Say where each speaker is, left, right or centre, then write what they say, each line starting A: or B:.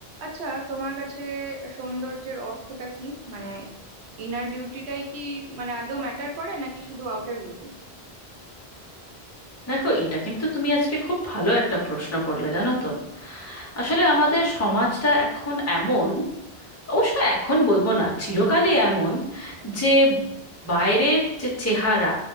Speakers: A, on the right (about 90°); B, on the left (about 25°).
A: আচ্ছা তোমার কাছে সৌন্দর্যের অর্থটা কি মানে ইনার বিউটিটাই কি মানে আদৌ ম্যাটার করে নাকি শুধু আউটার বিউটি
B: দেখো এটা কিন্তু তুমি আজকে খুব ভালো একটা প্রশ্ন করলে জানো তো আসলে আমাদের সমাজটা এখন এমন অবশ্য এখন বলবো না চিরকালই এমন যে বাইরের যে চেহারা